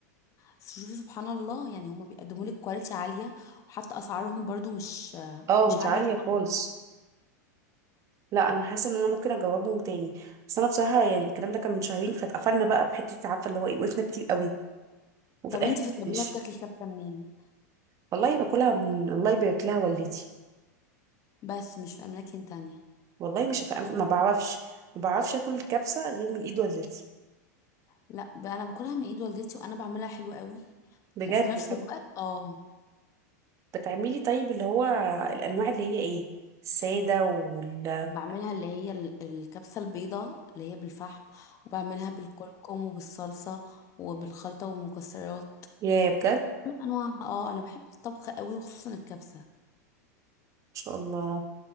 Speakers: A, on the left (about 35°); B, on the right (about 35°).
A: شوفي سبحان الله يعني هما بيقدموا لك كواليتي عالية وحتى أسعارهم برضو مش
B: اه
A: مش
B: مش
A: عالية
B: عالية
A: خالص
B: خالص لا انا حاسه ان انا ممكن اجربهم تاني بس انا بصراحه يعني الكلام ده كان من شهرين فاتقفلنا بقى بحته عارفه اللي هو ايه وقفنا كتير قوي وفي
A: طب
B: الاخر
A: انتي في الطبيعة
B: مش
A: بتاكلي كبسة منين
B: والله باكلها من الله يبارك لها والدتي
A: بس مش في أماكن تانية
B: والله مش فا- ما بعرفش ما بعرفش اكل الكبسه غير من ايد والدتي
A: لا بقى انا باكلها من ايد والدتي وانا بعملها حلوة قوي
B: بجد
A: وفي نفس
B: طب
A: الوقت اه
B: بتعملي طيب اللي هو الانواع اللي هي ايه الساده وال
A: بعملها اللي هي ال- الكبسة البيضاء اللي هي بالفحم وبعملها بالكركم وبالصلصة وبالخلطة والمكسرات
B: يا بجد ما
A: انواع اه انا بحب الطبخ قوي وخصوصا الكبسة
B: شاء الله